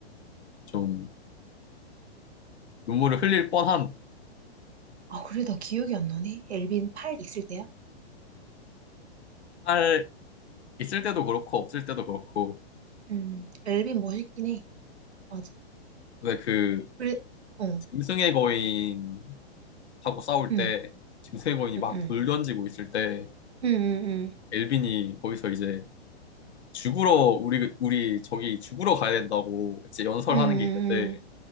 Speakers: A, on the left; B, on the right.
A: 좀 눈물을 흘릴 뻔한
B: 아, 그래, 나 기억이 안 나네. 엘빈 팔 있을 때야?
A: 탈 있을 때도 그렇고 없을 때도 그렇고.
B: 음, 엘빈 멋있긴 해. 맞아.
A: 근데 그
B: 그래, 어,
A: 짐승의 거인하고 싸울
B: 응,
A: 때 짐승의 거인이
B: 응,
A: 막
B: 응,
A: 돌 던지고 있을 때
B: 응, 응, 응,
A: 엘빈이 거기서 이제 죽으러 우리 우리 저기 죽으러 가야 된다고 이제 연설하는
B: 응, 응,
A: 게 있는데